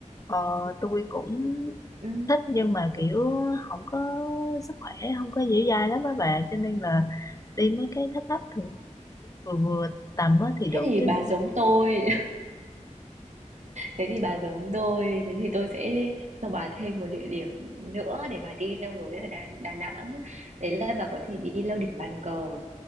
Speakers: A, on the left; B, on the right.
A: ờ, tôi cũng
B: Ừ.
A: thích nhưng mà kiểu không có sức khỏe không có dẻo dai lắm á bà cho nên là đi mấy cái thấp thấp thường vừa vừa tầm á thì
B: Thế
A: được
B: thì
A: chứ
B: bà giống tôi Thế thì bà giống tôi, thế thì tôi sẽ cho bà thêm một địa điểm nữa để bà đi leo núi ở Đà, Đà Nẵng. Đấy là bà có thể đi leo đỉnh Bàn Cờ.